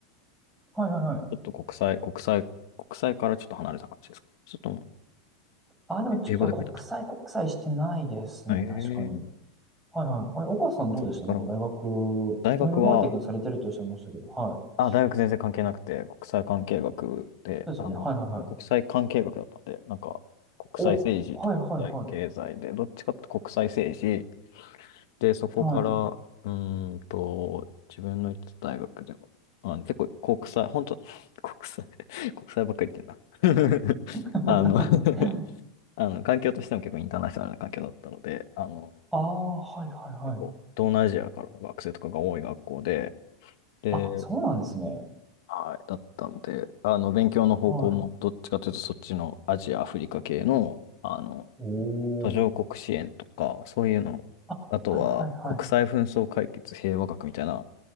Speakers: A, in the centre; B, on the left.
A: <laughs> はいはいはい。
B: ちょっと国際、国際、国際からちょっと離れた感じですかちょっともう
A: あ、でもちょっと国際国際してないですね、
B: え英語で書いてあったこと。え
A: 確かに。
B: ー、
A: はいはい。あれ、岡さんどうでしたなんか大学、
B: そっから、大学は、
A: ウェブマーケティングされてるとおっしゃいましたけど、はい。
B: あ、大学全然関係なくて、国際関係学で、
A: そうですよね。
B: あの、
A: はいはいはい。
B: 国際関係学だったんで、なんか、国際政治と国際経済で、
A: お、はいはい
B: どっちかっていうと国際政治、で、そこから、
A: はい。はい。
B: うーんと、自分の行ってた大学でも、あの、結構国際、本当 <laughs> 国際、<laughs> 国際ばっかり言ってんな
A: <laughs>
B: <laughs> あの <laughs> あの、環境としても結構インターナショナルな環境だったので、あの、
A: ああ、はいはいはい。
B: 結構、東南アジアからの学生とかが多い学校で、で、
A: あ、そうなんですね。
B: はい、だったんで、あの、勉強の方向も、
A: は
B: どっちかというと、そっちのアジア、アフリカ系の、あの、
A: い。おー。
B: 途上国支援とか、そういうの、
A: あ、
B: あとは、
A: はいはいはい。
B: 国際紛争解決平和学みたいな、